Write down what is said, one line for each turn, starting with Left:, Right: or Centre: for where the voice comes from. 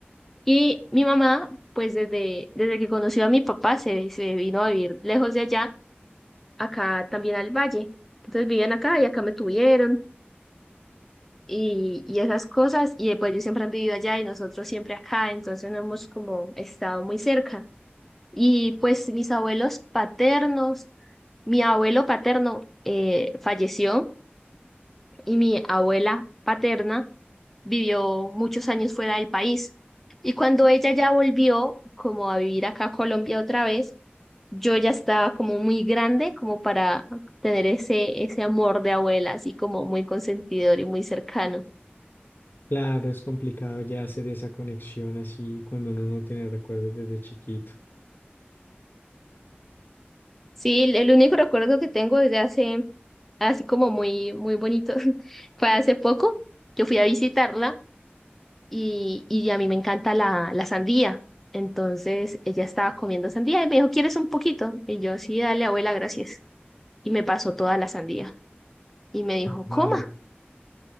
Centre: y mi mamá, pues desde, desde que conoció a mi papá, se, se vino a vivir lejos de allá, acá también al valle. Entonces vivían acá y acá me tuvieron y, y esas cosas y después ellos siempre han vivido allá y nosotros siempre acá, entonces no hemos como estado muy cerca. Y pues mis abuelos paternos, mi abuelo paterno eh, falleció y mi abuela paterna vivió muchos años fuera del país. Y cuando ella ya volvió, como a vivir acá a Colombia otra vez, yo ya estaba como muy grande como para tener ese, ese amor de abuela, así como muy consentidor y muy cercano.
Left: Claro, es complicado ya hacer esa conexión así cuando uno no tiene recuerdos desde chiquito.
Centre: Sí, el el único recuerdo que tengo desde hace, así como muy, muy bonito, <laughs> fue hace poco. Yo fui a visitarla y, y a mí me encanta la, la sandía. Entonces ella estaba comiendo sandía y me dijo, ¿quieres un poquito? Y yo, sí, dale, abuela, gracias. y me pasó toda la sandía. Y me dijo,
Left: Wow.
Centre: coma.